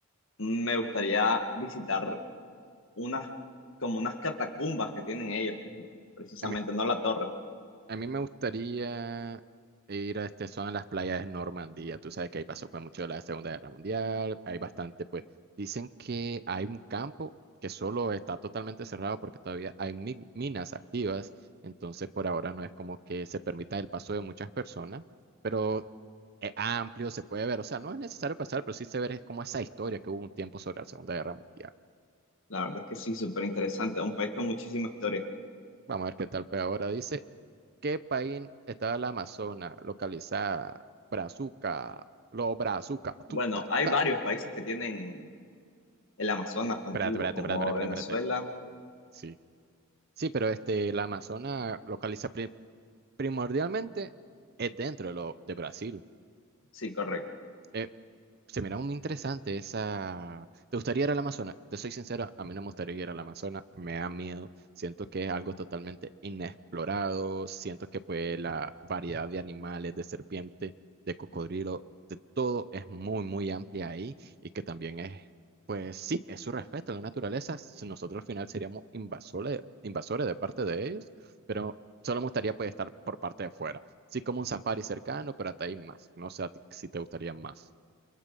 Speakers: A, on the left; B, on the right.
A: Me gustaría visitar unas, como unas catacumbas que tienen ellos, fíjate, precisamente,
B: A mí,
A: no la torre.
B: a mí me gustaría ir a este zona de las playas de Normandía. Tú sabes que ahí pasó pues mucho de la Segunda Guerra Mundial. Hay bastante, pues. Dicen que hay un campo que solo está totalmente cerrado porque todavía hay mi- minas activas. Entonces, por ahora no es como que se permita el paso de muchas personas, pero es amplio, se puede ver. O sea, no es necesario pasar, pero sí se ve como esa historia que hubo un tiempo sobre la Segunda Guerra Mundial.
A: La verdad es que sí, súper interesante, un país con muchísima historia.
B: Vamos a ver qué tal, pues ahora dice. ¿Qué país estaba la Amazona localizada? Brazuca, lo Brazuca. tu,
A: Bueno,
B: ta,
A: hay
B: ta.
A: varios países que tienen el Amazonas contiguo,
B: Espérate, espérate,
A: como
B: espérate, espérate,
A: Venezuela,
B: espérate. espérate. Sí. Sí, pero este, la Amazona localiza pri- primordialmente es dentro de, lo, de Brasil.
A: sí, correcto.
B: Eh, Se mira muy interesante esa... ¿Te gustaría ir al Amazonas? Te soy sincero, a mí no me gustaría ir al Amazonas, me da miedo, siento que es algo totalmente inexplorado, siento que pues la variedad de animales, de serpiente, de cocodrilo, de todo es muy, muy amplia ahí y que también es, pues sí, es su respeto a la naturaleza, si nosotros al final seríamos invasores, invasores de parte de ellos, pero solo me gustaría pues estar por parte de fuera, sí como un safari cercano, pero hasta ahí más, no sé a ti si te gustaría más.